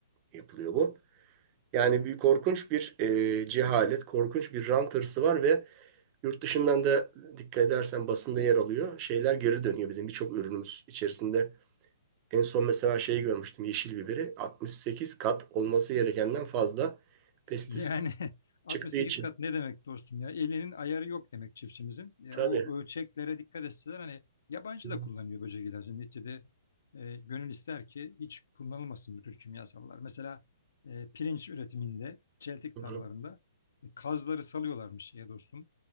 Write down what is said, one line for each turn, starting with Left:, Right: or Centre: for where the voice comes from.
Right: e, yapılıyor bu. Yani bir korkunç bir e, cehalet, korkunç bir rant hırsı var ve yurt dışından da dikkat edersen basında yer alıyor. Şeyler geri dönüyor bizim birçok ürünümüz içerisinde. En son mesela şeyi görmüştüm yeşil biberi 68 kat olması gerekenden fazla pestisit
Left: Yani <laughs> 68
Right: çıktığı için.
Left: kat ne demek dostum ya? Elinin ayarı yok demek çiftçimizin. Ya
Right: Tabii.
Left: o ölçeklere dikkat etseler hani yabancı
Right: Hı
Left: da kullanıyor böcek ilacı. Neticede e, gönül ister ki hiç kullanılmasın bu tür kimyasallar. Mesela e, pirinç üretiminde, çeltik
Right: hı.
Left: tarlalarında e, kazları salıyorlarmış ya dostum.